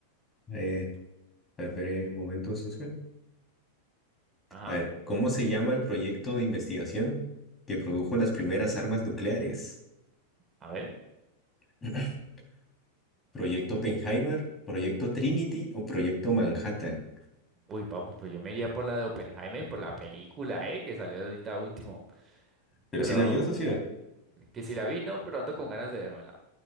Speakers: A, on the left (about 20°); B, on the right (about 25°).
A: A ver, esperé un momento, socio.
B: Ajá,
A: A ver, ¿cómo se llama el proyecto de investigación que produjo las primeras armas nucleares?
B: a ver.
A: <clears throat> ¿Proyecto Oppenheimer, Proyecto Trinity o Proyecto Manhattan?
B: Uy, papu, pues yo me iría por la de Oppenheimer, por la película, ¿eh? Que salió ahorita último.
A: Pero
B: Pero,
A: sí la vio, socio.
B: que si la vi, no, pero ando con ganas de vérmela.